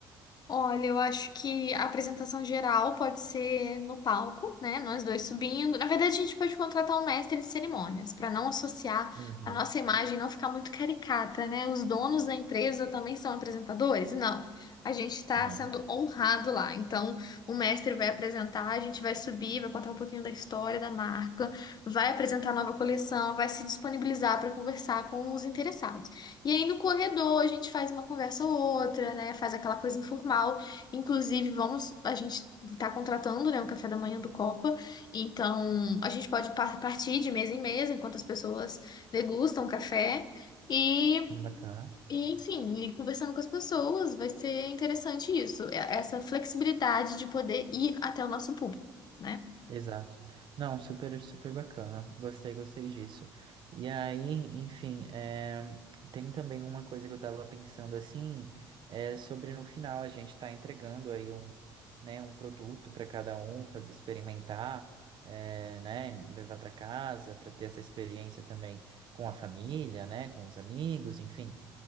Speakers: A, on the left (about 45°); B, on the right (about 55°).
A: Olha, eu acho que a apresentação geral pode ser no palco, né? Nós dois subindo. Na verdade, a gente pode contratar um mestre de cerimônias para não associar
B: Uhum.
A: a nossa imagem, não ficar muito caricata, né? Os donos da empresa também são apresentadores? Não. A gente está
B: Não.
A: sendo honrado lá. Então, o mestre vai apresentar, a gente vai subir, vai contar um pouquinho da história da marca, vai apresentar a nova coleção, vai se disponibilizar para conversar com os interessados. E aí no corredor a gente faz uma conversa ou outra, né? Faz aquela coisa informal. Inclusive, vamos, a gente tá contratando, né, o café da manhã do Copa. Então, a gente pode par- partir de mesa em mesa enquanto as pessoas degustam o café e
B: Bacana.
A: E, enfim, e conversando com as pessoas, vai ser interessante isso, e- essa flexibilidade de poder ir até o nosso público, né?
B: Exato. Não, super, super bacana. Gostei, gostei disso. E aí, enfim, é, tem também uma coisa que eu tava pensando assim, é sobre no final a gente tá entregando aí um, né, um produto para cada um fazer experimentar, é, né, levar para casa, para ter essa experiência também com a família, né, com os amigos, enfim.